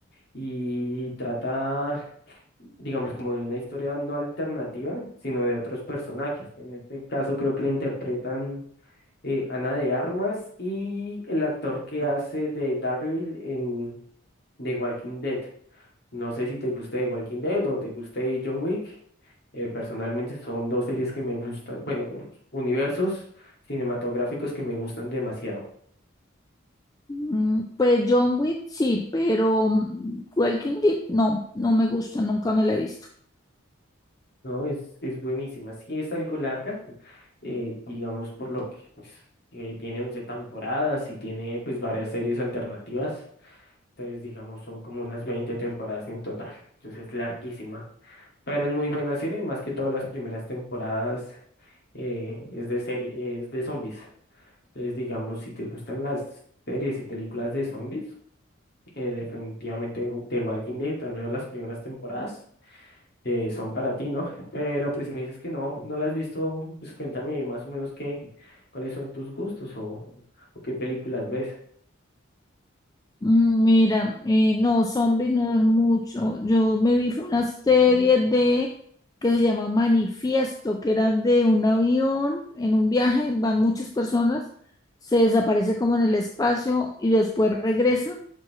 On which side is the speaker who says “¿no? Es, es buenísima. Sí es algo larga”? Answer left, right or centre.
Left